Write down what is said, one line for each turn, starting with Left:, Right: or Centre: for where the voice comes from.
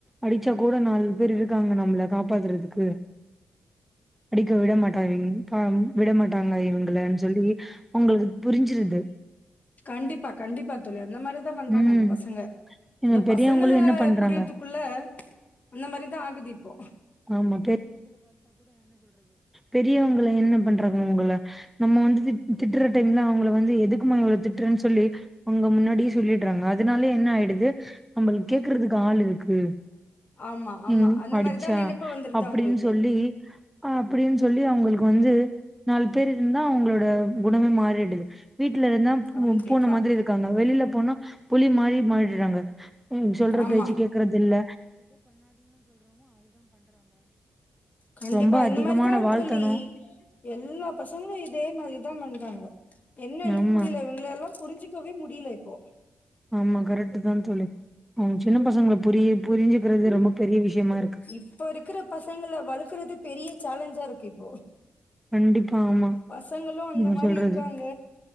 Centre: அடிச்சா கூட நாலு பேர் இருக்காங்க நம்மள காப்பாத்துறது க்கு அடிக்க விட மாட்டாங்க பாம் விடமாட் டாங்க இவங்களன்னு சொல்லி அவுங்களுக்கு புரிஞ்சிரு
Left: கண்டிப்பா கண்டிப்பா தோழி அந்த மாரிதா பண்றாங்க
Centre: ம்
Left: இந்த பசங்க
Centre: ஏன்னா
Left: இந்த
Centre: பெரியவங்களும்
Left: பசங்கள
Centre: என்ன பண்றாங்க
Left: புரியறதுக்குள்ள அந்த மாரிதா ஆகுது இப்போ
Centre: ஆமா பெரியவங்களு என்ன பண்றாங்க அவங்கள நம்ம வந்து திட் திட்டுற டைம்ல அவங்கள வந்து எதுக்குமா இவ்வளவு திட்டுறன்னு சொல்லி அவங்க முன்னாடி சொல்லிடுறாங்க அதனாலயே என்ன ஆயிடுது நம்மளுக்கு கேக்குறதுக்கு ஆள் இருக்கு
Left: ஆமா ஆமா
Centre: ம்
Left: அந்த
Centre: அடிச்சா
Left: மாரிதா நெனப்பு வந்துருது
Centre: அப்பிடின்னு
Left: அவங்களுக்கு
Centre: சொல்லி அப்பிடின்னு சொல்லி அவங்களுக் வந்து நாலு பேர் இருந்தா அவுங்களோட குணமே மாறிடுது வீட்ல இருந்தா பூ
Left: கண்டிப்பா
Centre: பூன மாதிரி இருக்காங்க வெளில போனா புலி மாறி மாறிடுறாங் க ம் சொல்ற
Left: ஆமா
Centre: பேச்சு கேக்குறதில்ல
Left: கண்டிப்பா
Centre: ரொம்ப
Left: இந்த
Centre: அதிகமான
Left: மாரிதா
Centre: வாழ்த்தனு
Left: தோழி எல்லா பசங்களு இதே மாரிதா பண்றாங்க என்னென்னே
Centre: ஆமா
Left: புரியில இவுங்ளல்லா புரிஞ்சுக்கவே முடியில இப்போ
Centre: ஆமா கரெக்ட்டு தா தோழி அவுங்க சின்ன பசங்கள புரிய புரிஞ்சுக்கிறதே ரொம்ப பெரிய விஷயமா இருக்கு
Left: இப்ப இருக்குற பசங்கள வளக்குறது பெரிய சேலஞ்சா இருக்கு இப்போ
Centre: கண்டிப்பா ஆமா
Left: பசங்களு அந்த
Centre: நீங்க
Left: மாரி
Centre: சொல்றது
Left: இருக்காங்க